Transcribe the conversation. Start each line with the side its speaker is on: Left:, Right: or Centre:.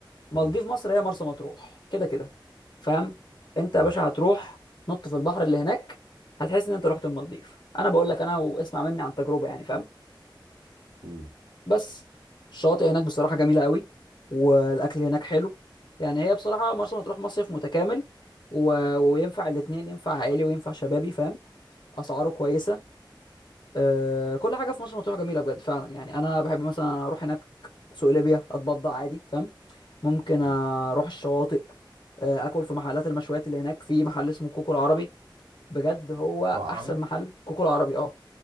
Left: مالديف
Right: مم.
Left: مصر هي مرسى مطروح كده كده فاهم انت
Right: ايه
Left: يا باشا هتروح نط في البحر اللي هناك هتحس ان انت رحت المالديف انا بقول لك انا واسمع مني عن تجربه يعني فاهم
Right: مم.
Left: بس الشواطئ هناك بصراحه جميله قوي والاكل هناك حلو يعني هي بصراحه مرسى مطروح مصيف متكامل و... وينفع الاتنين ينفع عائلي وينفع شبابي فاهم اسعاره كويسه أه... كل حاجه في مرسى مطروح جميله بجد فعلا يعني انا بحب مثلا اروح هناك سوق ليبيا اتبضع عادي فاهم ممكن اروح
Right: مم.
Left: الشواطئ آه، اكل في محلات المشويات اللي هناك في محل اسمه كوكو العربي بجد هو
Right: عربي
Left: احسن محل كوكو العربي اه